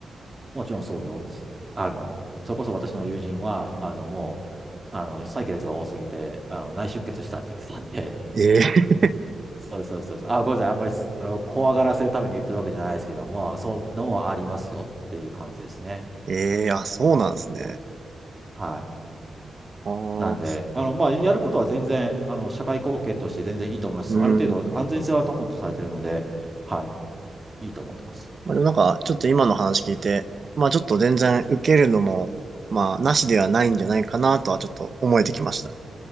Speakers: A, on the right (about 15°); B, on the right (about 35°).
A: もちろんそうで多いです。あの、それこそ私の友人は、あの、もう、あの、採血が多すぎて、あの、内出血したって言ってたんで、
B: ええ
A: そうですそうですそうですあ、ごめんなさい。あんまりその怖がらせるために言ってるわけじゃないですけども、そういうのもありますよっていう感じですね。
B: ええあ、そうなんですね。
A: はい。
B: ああ、
A: なんで、あの、まあ、やることは全然、あの、社会貢献として全然いいと思います。
B: うん。
A: ある程度安全性は担保とされているので、はい。いいと思ってます。
B: まあ、でもなんか、ちょっと今の話聞いて、まあちょっと全然受けるのも、まあなしではないんじゃないかなとはちょっと思えてきました。